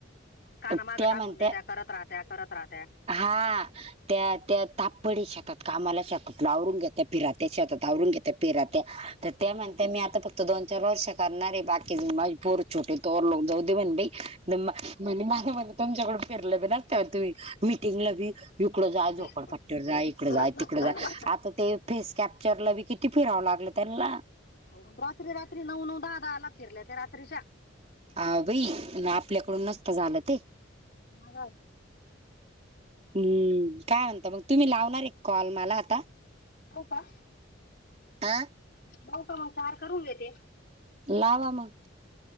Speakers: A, on the left (about 50°); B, on the right (about 30°).
A: काना
B: त्या
A: मागं
B: म्हणत्या
A: टाकून द्या त्या करत राहत्या करत राहत्या
B: हा त्या त्या तापडी शकात कामाला शकात लावरून घेत त्या फिरत त्याच्या आता तावरून घेत पेरा त्या तर त्या म्हणत मी आताक्त तर दोन चार वर्ष करणारे बाकी माज पूर छटे तोोक जाऊ दे बण म्हणे माझ म्ह तुमच्याकड फिरलं बी नसतवर तुम्ही मिीटिंगला बी इकडं जाय
A: नाही
B: झोपडपट्टीवर
A: रे खरंच
B: जाय इकडं
A: खरंच
B: जाय
A: नसत
B: तिकडें
A: झालं
B: जाय
A: बर का
B: आता ते फेस कॅप्चरला बी किती फिरावं लागलं त्यांना
A: हो रात्री रात्री नऊ नऊ दहा दहा आला फिरल्या ते रात्रीच्या
B: आवेही ना आपल्याकडून नसत झालं ते
A: ह काल
B: हम्म काय म्हणत मग तुम्ही लावणार एक कॉल मला आता
A: बाऊ का
B: आ
A: बाऊ का मग चार करून घेते
B: लाव म